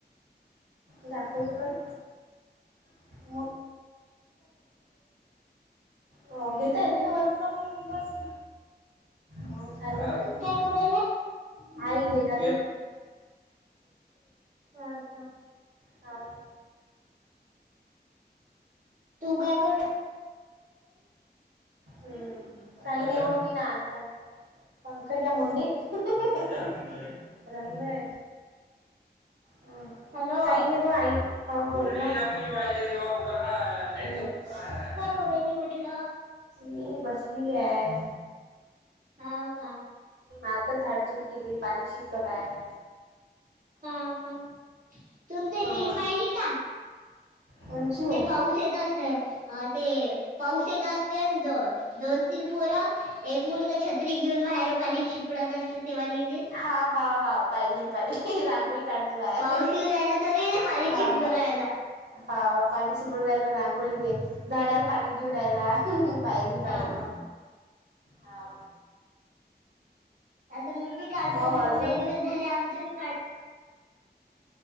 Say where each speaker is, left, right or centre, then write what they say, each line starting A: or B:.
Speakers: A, on the right (about 75°); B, on the right (about 50°).
A: दाखव तू पण. <unintelligible> हो घेता येत ना वर्क फ्रॉम हो बस हो चाले
B: कोरोइले
A: <unintelligible>
B: हो का
A: होव
B: तू काय करू राहि
A: हम्म काही नई बुवा मी नाव काढ पंकजा मुंडे, रमदाडे. हा
B: हॅलो
A: काही नाही ब आई बोल ना हाय हाय.
B: करोली म्हटलं.
A: मी बसली आहे.
B: हो का.
A: आता झाडझुड केली पाणी शिपलं बाहेर
B: हा का, तुम ते
A: हा
B: रील पाहिली का
A: कोणची हो
B: ते पाऊस. पासेत असत ते पाऊस येत असते द दोन, तीन पोर एक मुलगा छत्री घेऊन बाहेर पाणी शिपडत असते तेव्हा लिरी
A: हा हा हा... पाहिली. रांगोळी काढते बाहेर
B: पाऊस येऊ राहिला तरी पाणी
A: हा
B: चिपडू
A: हा.
B: राहिला
A: हा पाणी शिपडू राहायला रांगोळी दे, झाडाला पाणी देऊ राहायला. पाहिली पाहिली
B: हा
A: हा.
B: आता मी बी काढतो
A: मग
B: रेडीव
A: अजून
B: झाले आमचे बी काढ